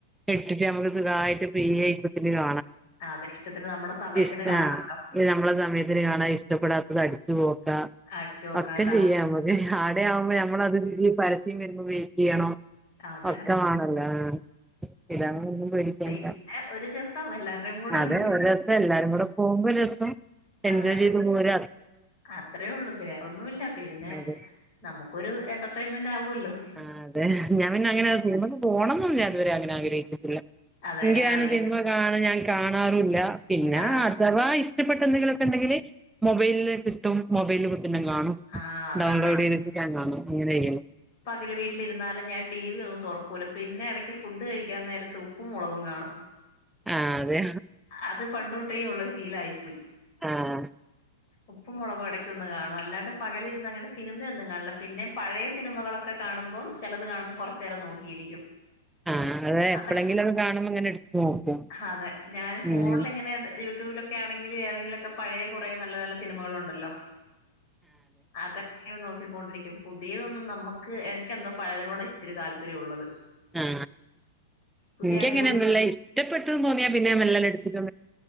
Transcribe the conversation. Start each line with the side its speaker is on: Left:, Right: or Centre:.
Centre: ഇട്ടിട്ട് നമുക്ക് സുഖമായിട്ട് കാ
Left: അതെ ഇഷ്ടത്തിന് നമ്മുടെ സമയത്തിന്
Centre: ഇ
Left: കാണാം
Centre: നമ്മള സമയത്ത് എ കാണാൻ ഇഷ്ടപ്പെടാത്തത് അടിച്ചു പോകും
Left: അടിച്ചു പോക്കാൻ
Centre: ഒക്കെ ചെയ്യാം മതി ആടെയാവുമ്പോ നമ്മളത് വല പരസ്യം വരുന്നുയി ചെയ്യണോ
Left: അതെ
Centre: ഒക്കമാണല്ലോ ഇതാണ് ഒന്നും പേടിക്കൻല്ല
Left: പിന്നെ ഒരു രസം എല്ലാവരുടെയും കൂടെ
Centre: അതെ
Left: ഒന്ന് സെ-
Centre: ഒരു രസം എല്ലാരും കൂടെ പോകുമ്പോ ഒരു രസം എൻജോയ്
Left: അതെ
Centre: ചെയ്ത്
Left: പി-
Centre: പോര
Left: അത്രേ ഉള്ളു വേറൊന്നുമല്ല പിന്നെ
Centre: അതെ
Left: നമുക്കൊരു എന്റർടൈൻമെന്റ് ആകുമല്ലോ
Centre: ആ അതെ ഞാൻന്നെ അങ്ങനെ സിനിമക്ക് പോകണം എന്നന്ന അതുവരെ അങ്ങനെ ആഗ്രഹിച്ചിട്ടില്ല
Left: അതെല്ലേ
Centre: എങ്കും
Left: ആ
Centre: സിനിമ കാണാ ഞാൻ കാണാറില്ല പിന്നെ
Left: ആ
Centre: അഥവാ മപ്പെട്ടൊക്കെ ഉണ്ടെങ്കിൽ മൊബൈലിൽ കിട്ടും മൊബൈല െ കാണും
Left: ആ അതെ
Centre: ഡൗൺലോഡ് ചെയ്ത്ൻ കാണും അങ്ങനെ ചെയ്യണം
Left: അകെ വീട്ടിലിരുന്നാലും ഞാൻ ടി വി ഒന്നും തുറക്കൂല പിന്നെ ഇടയ്ക്ക് ഫുഡ് കഴിക്കാൻ നേരത്ത് ഉപ്പും മുളകും കാണും
Centre: ആ അതെ
Left: അത് പണ്ടൊട്ടേ ഉള്ള ശീലായ്പ്
Centre: ആ
Left: ഉപ്പ് മുളക് ഇടക്കൊന്ന് കാണും അല്ലാണ്ട് പകലിരുന്ന് അങ്ങനെ സിനിമയൊന്നും കാണില്ല പിന്നെ പഴയ സിനിമകളൊക്കെ കാണുമ്പോം ചിലത് കാണുമ്പോൾ കുറച്ച നേരം നോക്കിയിരിക്കും
Centre: ആഹ് അത് എപ്പളെങ്കിലൊക്കെ
Left: അതൊ
Centre: കാണുമ്പോ ഇങ്ങനെ എടുത്ത് നോക്കും.
Left: അതെ ഞാൻ ഫോണിൽ
Centre: ഉം
Left: ഇങ്ങനെ യു റ്റുബിലൊക്കെ ആണെങ്കിൽ ഏതെങ്കിലൊക്കെ പഴ കുറേ നല്ല നല്ല സിനമകള ഉണ്ടല്ലോ അതെ അങ്ങനെ നോക്കിക്കൊണ്ടിരിക്കും പുതിയതൊന്നും നമുക്ക് എനിക്ക് എന്തോ പഴയതിനോട് ഇത്തിരി താല്പര്യംള്ളത്
Centre: ആ
Left: പുതിയ
Centre: എനക്ക്
Left: അടിപൊളി
Centre: അങ്ങനെയന്നല്ല ഇഷ്ടപ്പെട്ടന്ന് തോന്നിയാ പിന്നെ മല്ലല്ലാം എടുത്തിട്ട്ന്ന